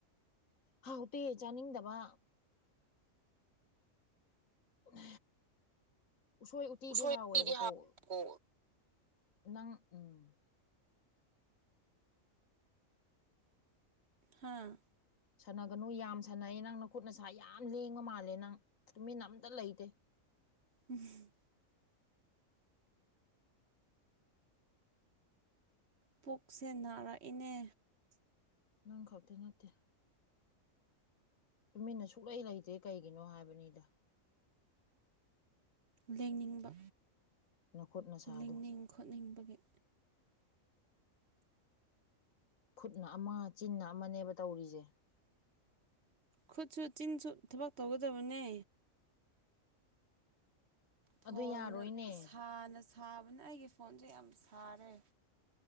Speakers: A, on the left; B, on the right.
A: ꯍꯥꯎ ꯎꯄꯤꯤꯌꯦ ꯆꯥꯅꯤꯡꯗꯕ ꯎ ꯎꯁꯣꯏ ꯎꯇꯤꯗꯤ
B: ꯎꯁꯣꯏꯗꯤ
A: ꯍꯥꯎꯋꯦꯕꯀꯣ
B: ꯍꯥꯎꯕꯀꯣ
A: ꯅꯪ ꯎꯝ
B: ꯍꯥꯥ
A: ꯁꯥꯟꯅꯒꯅꯨ ꯌꯥꯝ ꯁꯥꯟꯅꯩ ꯅꯪ ꯅ ꯈꯨꯠ ꯅꯁꯥ ꯌꯥꯝ ꯂꯦꯡꯉ ꯃꯥꯜꯂꯦ ꯅꯪ ꯇꯨꯃꯤꯟ ꯑꯝꯇ ꯂꯩꯇꯦ <unintelligible>
B: ꯎꯝ ꯄꯨꯛꯁꯦ ꯅꯥꯔꯛꯏꯅꯦ
A: ꯅꯪ ꯈꯛꯇꯤ ꯅꯠꯇꯦ ꯇꯨꯃꯤꯟꯅ ꯁꯨꯛꯂꯩ ꯂꯩꯇꯦ ꯀꯩꯒꯤꯅꯣ ꯍꯥꯏꯕꯅꯤꯗ
B: ꯂꯦꯡꯅꯤꯡꯕ
A: ꯅꯈꯨꯠ ꯅꯁꯥꯗꯣ
B: ꯂꯤꯡꯅꯤꯡ ꯈꯣꯠꯅꯤꯡꯕꯒꯤ
A: ꯈꯨꯠꯅ ꯑꯃ ꯆꯤꯟꯅ ꯑꯃꯅꯦꯕ ꯇꯧꯔꯤꯁꯦ
B: ꯈꯨꯠꯁꯨ ꯆꯤꯟꯁꯨ ꯊꯕꯛ ꯇꯧꯒꯗꯕꯅꯦ ꯐꯣꯣꯟ
A: ꯑꯗꯨ ꯌꯥꯔꯣꯏꯅꯦ
B: ꯁꯅ ꯁꯥꯕꯅ ꯑꯩꯒꯤ ꯐꯣꯟꯁꯦ ꯌꯥꯝ ꯁꯥꯔꯦ